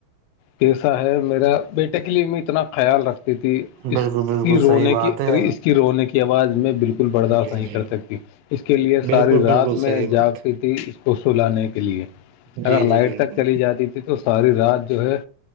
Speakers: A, on the left (about 85°); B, on the right (about 75°).
A: کیس ہے میرا بیٹے کے لیے میں اتنا خیال رکھتا تھی
B: بالکل
A: اس
B: بالکل
A: کی رونے
B: صحیح بات
A: کی
B: ہے
A: ا اس کی رونے کی آواز میں بالکل برداشت
B: جی
A: نہیں
B: جی
A: کر سکتی اس کے لیے
B: بالکل
A: ساری رات
B: بالکل صحیح
A: میں جاگتی
B: بات
A: تھی اس کو سلانے کے لیے
B: جی
A: اگر
B: جی
A: لائٹ
B: بالکل
A: تک چلی جاتی تھی تو ساری رات جو ہے